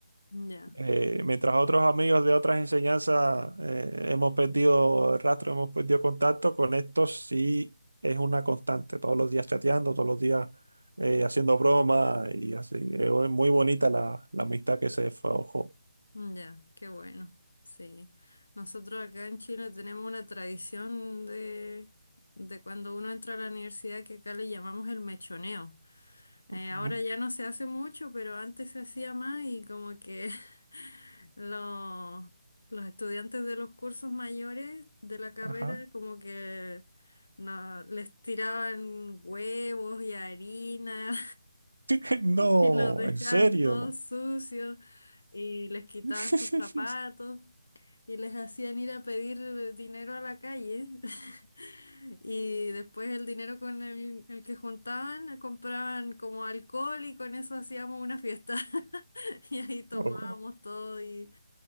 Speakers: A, on the left; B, on the right.
A: Ya.
B: Eh, mientras otros amigos de otras enseñanzas eh, hemos perdido el rastro, hemos perdido contacto, con estos sí es una constante, todos los días chateando, todos los días eh, haciendo bromas y así. Eh, Es muy bonita la, la amistad que se forjó.
A: Mm, Ya, qué bueno. Sí. Nosotros acá en Chile tenemos una tradición de, de cuando uno entra a la universidad que acá le llamamos el mechoneo. Eh,
B: Ujú.
A: ahora ya no se hace mucho, pero antes se hacía más y como que <laughs> los, los estudiantes de los cursos mayores de la carrera
B: Ajá.
A: como que no, les tiraban huevos y harina
B: <laughs> No,
A: <laughs> y los dejaban
B: en serio.
A: todos sucios y les quitaban
B: <laughs>
A: sus zapatos y les hacían ir a pedir eh, dinero a la calle. <laughs> Y después el dinero con el, el que juntaban eh, compraban como alcohol y con eso hacíamos una fiesta. <laughs> Y ahí tomábamos
B: O-
A: todo y